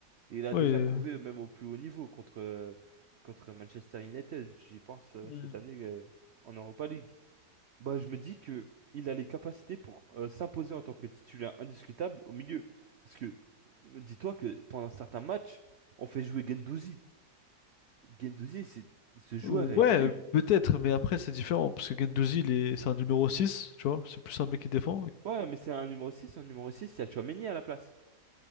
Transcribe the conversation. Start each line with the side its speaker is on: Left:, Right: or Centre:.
Right: Et il a
Left: ouais.
Right: déjà
Left: euh,
Right: prouvé, même au plus haut niveau, contre, euh, contre Manchester United, j'y pense, euh,
Left: Hmm.
Right: cette année, euh, en Europa League. Bah, je me dis que il a les capacités pour euh, s'imposer en tant que titulaire indiscutable au milieu. Parce que, euh, dis-toi que pendant certains matchs, on fait jouer Gendouzi. Gendouzi, c'est ce joueur
Left: Ouais,
Right: est nul.
Left: peut-être, mais après c'est différent, parce que Gendouzi, il est... c'est un numéro 6 tu vois, c'est plus un mec qui défend.
Right: Ouais, mais c'est un numéro six. Un numéro six, il y a Tchouaméni à la place.